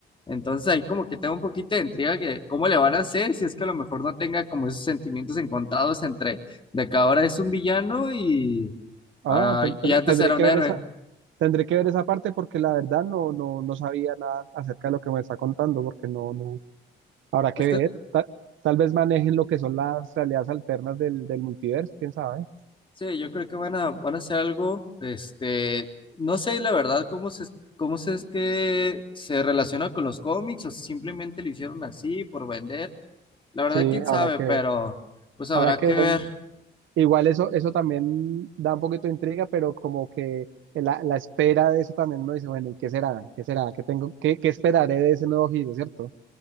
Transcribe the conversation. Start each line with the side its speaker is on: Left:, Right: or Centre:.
Left: Entonces ahí como que tengo un poquito de intriga que cómo le van a hacer si es que a lo mejor no tenga como esos sentimientos encontrados entre de que ahora es un villano y, ah,
Right: Ah, tendré,
Left: y antes
Right: tendré
Left: era
Right: que
Left: un héroe.
Right: ver esa, tendré que ver esa parte porque la verdad no, no, no sabía nada acerca de lo que me está contando, porque no, no, habrá que
Left: Es
Right: ver.
Left: que
Right: Ta- Tal, vez manejen lo que son las realidades alternas del, del multiverso, quién sabe.
Left: Sí, yo creo que van a, van a hacer algo, este, no sé la verdad cómo se, cómo se es que se relaciona con los cómics o si simplemente lo hicieron así por vender. La verdad,
Right: Sí,
Left: quién sabe,
Right: habrá que
Left: pero
Right: ver.
Left: pues habrá
Right: Habrá que
Left: que
Right: ver.
Left: ver. <laughs>
Right: Igual eso, eso también da un poquito de intriga, pero como que la, la espera de eso también uno dice, bueno, ¿y qué será? ¿Qué será? ¿Qué tengo? ¿Qué, qué esperaré de ese nuevo giro, cierto?